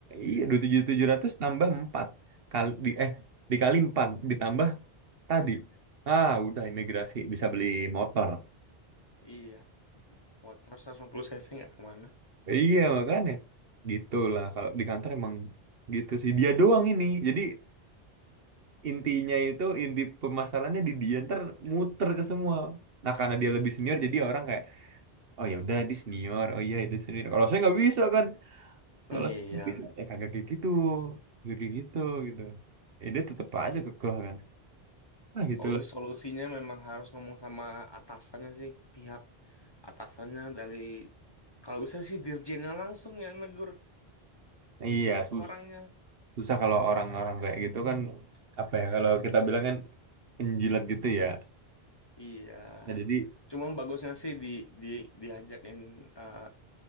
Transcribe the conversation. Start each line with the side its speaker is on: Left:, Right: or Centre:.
Right: iya dua tujuh
Left: Ya.
Right: tambah empat kali di eh dikali empat ditambah tadi ah udah imigrasi bisa beli motor
Left: Iya, motor 150 cc nggak kemana.
Right: iya makanya gitulah kalau di kantor emang gitu sih dia doang ini jadi intinya itu inti permasalahannya di dia ntar muter ke semua nah karena dia lebih senior jadi orang kayak oh ya udah dia senior oh iya dia senior kalau saya nggak bisa kan kalau
Left: Iya.
Right: saya nggak bisa ya kagak kayak gitu kagak kayak gitu gitu ya dia tetap aja kekeh kan nah gitulah
Left: Oh, itu solusinya memang harus ngomong sama atasannya sih, pihak atasannya dari kalau bisa sih dirjennya langsung yang negur
Right: iya susah.
Left: ke orangnya.
Right: susah kalau orang-orang kayak gitu kan apa ya kalau kita bilang kan penjilat gitu ya
Left: Iya.
Right: nah jadi
Left: Cuma bagusnya sih di di diajakin eh,